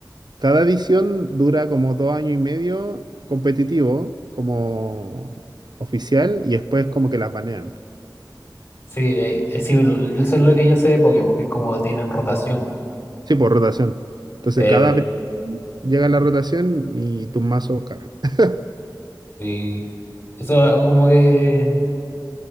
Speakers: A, on the right; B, on the left.
A: Cada edición dura como dos años y medio competitivo, como oficial, y después como que las banean.
B: Sí, eh, eh, sí, lo- eso es lo que yo sé de Pokémon, que es como tienen rotación.
A: Sí, por rotación. Entonces
B: El,
A: cada vez llega la rotación y tus mazos cagan. <laughs>
B: sí. Eso como que